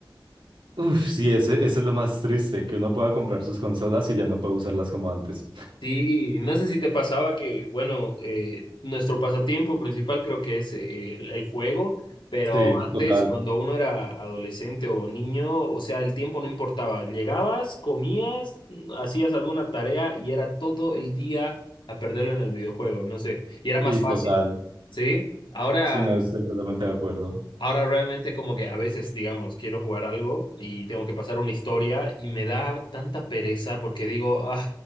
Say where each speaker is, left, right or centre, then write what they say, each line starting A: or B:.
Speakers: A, on the right (about 85°); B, on the left (about 80°).
A: Uf, sí, ese, ese es lo más triste, que uno pueda comprar sus consolas y ya no puede usarlas como antes.
B: Sí, no sé si te pasaba que, bueno, eh, nuestro pasatiempo principal creo que es eh, el, el juego, pero
A: Sí,
B: antes
A: total.
B: cuando uno era adolescente o niño, o sea, el tiempo no importaba. Llegabas, comías, mm, hacías alguna tarea y era todo el día a perderlo en el videojuego, no sé, y era más
A: Sí,
B: fácil,
A: total.
B: ¿sí? Ahora
A: Sí, no, estoy totalmente de acuerdo.
B: Ahora realmente como que a veces, digamos, quiero jugar algo y tengo que pasar una historia y me da tanta pereza porque digo, ah,